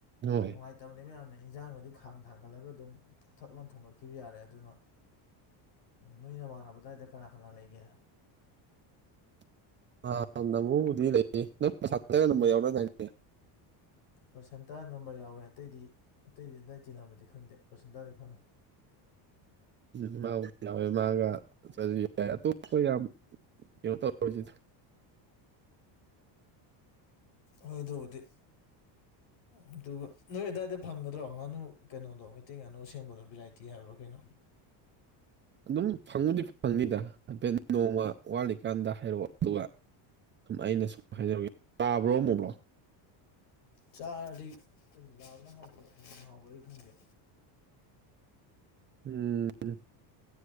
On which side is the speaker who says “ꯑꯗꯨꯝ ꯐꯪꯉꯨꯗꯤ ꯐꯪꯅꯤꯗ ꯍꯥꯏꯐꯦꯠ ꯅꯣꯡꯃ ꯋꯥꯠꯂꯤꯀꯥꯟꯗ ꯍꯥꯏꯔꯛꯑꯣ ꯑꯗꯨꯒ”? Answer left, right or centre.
Right